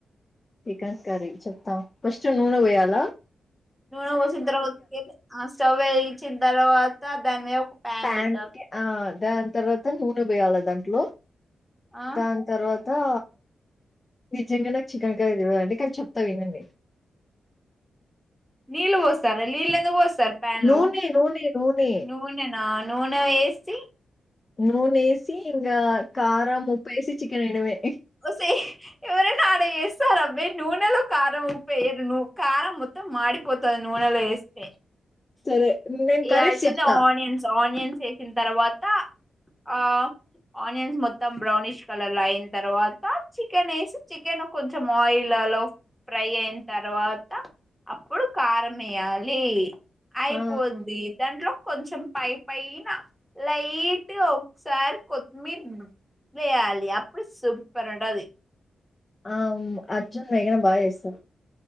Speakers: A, on the left (about 25°); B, in the centre.
A: చికెన్ కర్రీ చెప్తా ఫస్ట్ నూన పోయ్యాల
B: నూనె పోసిన తర్వాత స్టవ్ వెలిగించిన తర్వాత దాని మీద ప్యాన్
A: పాన్
B: పెట్టాలి
A: కే ఆ దాని తర్వా త్ నూనె పొయ్యాల దాంట్లో
B: ఆ
A: దాని తర్వా త నిజంగా నా చికెన్ కర్రీ అందుకే కానీ చెప్తా వినండి.
B: నీళ్ళు పోస్తారా లీళ్ళెందు పోస్ తర్ పాన్
A: నూనె
B: లో
A: నూనె నూనె
B: నూనెనా నూనె వేసి
A: నూనేసి ఇంగ కారం ఉప్పేసి చికెన్ వేయడమే
B: ఓసే ఎవరనా ఆడ ఏస్సారమే నూనెలో కారం ఉప్పు వేయరు ను కారం మొత్తం మాడి పోతది నూనెలో వేస్తే
A: సరే నేను
B: ఏయాల్సింది
A: కర్రీస్ చెప్తా
B: అనియన్స్ అనియన్స్ చేయ్ దీని తర్వాత ఆ ఆనియన్స్ మొత్తం బ్రౌనిష్ కలర్ లో అయిన తర్వాత చికెన్ వేసి చికెన్ కొంచెం ఆయిల్ లలో ఫ్రై అయిన తర్వాత అప్పుడు కారం వేయాలి. ఆయి
A: ఆ
B: పోద్ది దాంట్లో కొంచెం పై పైనా లైట్ గా ఒకసారి కొత్తిమీర్ వేయాలి అప్పుడు సూప్పర్ ఉంటాది.
A: ఆమ్ అర్జున్ మేగన బాగా చేస్సారు